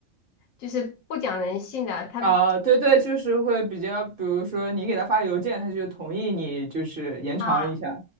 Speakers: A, on the left; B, on the right.
A: 就是不讲人性的，他。
B: 啊，对对，就是会比较，比如说你给他发邮件，他就同意你，就是延长一下。
A: 啊。